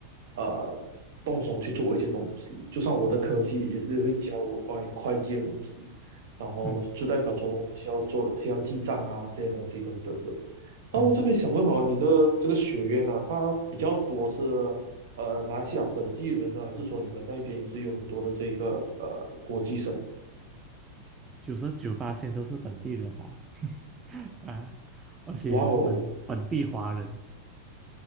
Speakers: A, on the right (about 65°); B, on the right (about 20°).
A: 呃动手去做一些东西。就像我的科技也是会教我关于会计的东西，
B: 嗯
A: 然后就代表说我们需要做需要记账啊这些东西等等的。
B: 嗯嗯。
A: 那我这边想问哦，
B: 嗯
A: 你的这个学院呢、啊它比较多是呃马来西亚本地人呢，还是说你们那边也是有很多的这个呃国际生？
B: 九十九八线都是本地人吧，<laughs> 啊，而且本本地华人，
A: 哇哦，